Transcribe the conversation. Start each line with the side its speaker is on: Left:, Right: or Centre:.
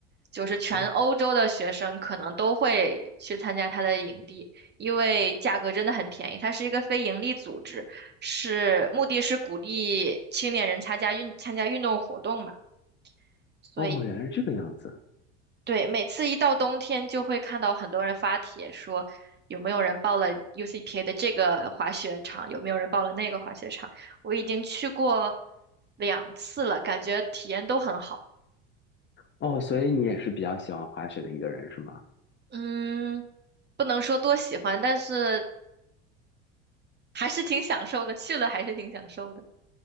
Right: 就是全欧洲的学生可能都会去参加他的营地，
Left: 哦，
Right: 因为价格真的很便宜。它是一个非盈利组织，是目的是鼓励青年人参加运参加运动活动嘛，所以
Left: 哦原来是这个样子。
Right: 对，每次一到冬天就会看到很多人发帖说。有没有人报了 UCPA 的这个滑雪场？有没有人报了那个滑雪场？我已经去过两次了，感觉体验都很好。
Left: 哦，所以你也是比较喜欢滑雪的一个人是吗？
Right: 嗯，不能说多喜欢，但是还是挺享受的，去了还是挺享受的。